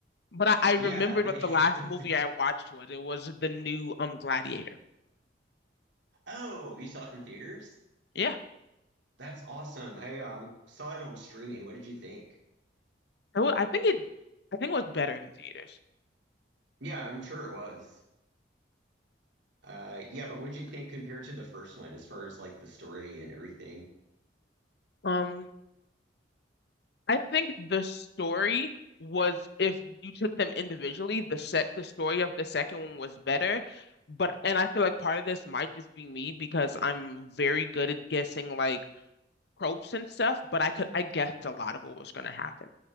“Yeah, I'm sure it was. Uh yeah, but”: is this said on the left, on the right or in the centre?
Right